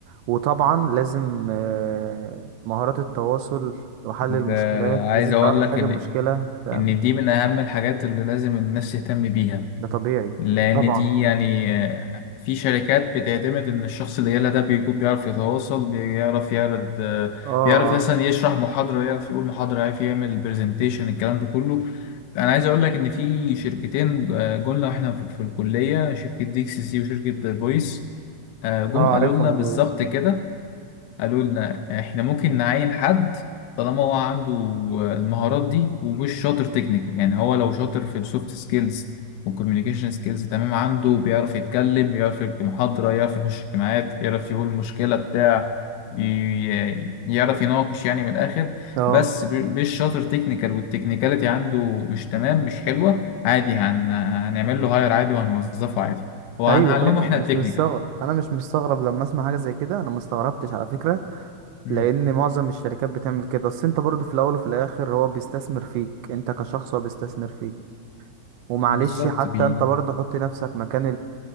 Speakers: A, on the right (about 80°); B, on the left (about 85°).
A: وطبعا لازم آه، مهارات التواصل وحل
B: ده
A: المشكلات
B: عايز
A: لازم
B: أقول
A: تعرف
B: لك
A: تحل
B: إن
A: المشكلة فاهم
B: إن دي من أهم الحاجات اللي لازم الناس تهتم بيها
A: ده طبيعي
B: لأن
A: طبعا
B: دي يعني آه، في شركات بتعتمد إن الشخص اللي جالها ده بيكون بيعرف يتواصل بيعرف يعرض آه،
A: اه اه
B: بيعرف مثلا يشرح محاضرة يعرف يقول محاضرة يعرف يعمل برزنتيشن الكلام ده كله أنا عايز أقول لك إن في شركتين آه، جولنا إحنا في في الكلية شركة دي إكس سي وشركة فويس آه، جم
A: اه عارفهم
B: قالوا لنا بالظبط
A: بويز
B: كده قالوا لنا احنا ممكن نعين حد طالما هو عنده المهارات دي ومش شاطر تكنيكال يعني هو لو شاطر في السوفت سكيلز والكوميونيكيشن سكيلز تمام عنده بيعرف يتكلم يعرف يلقي محاضرة يعرف يخش اجتماعات يعرف يقول مشكلة بتاع ي- يعرف يناقش يعني من الآخر
A: اه
B: بس ب- مش شاطر تكنيكال والتكنيكاليتي عنده مش تمام مش حلوة عادي هن... هنعمل له هاير عادي وهنوظفه عادي وهنعلمه
A: ايوه طبعا
B: احنا
A: مش
B: التكنيكال
A: مستغرب انا مش مستغرب لما اسمع حاجة زي كده انا مستغربتش على فكرة
B: مم.
A: لان معظم الشركات بتعمل كده بس انت برضو في الاول وفي الاخر هو بيستثمر فيك انت كشخص هو بيستثمر فيك ومعلش
B: بالظبط
A: حتى
B: بي
A: انت برضو حط نفسك مكان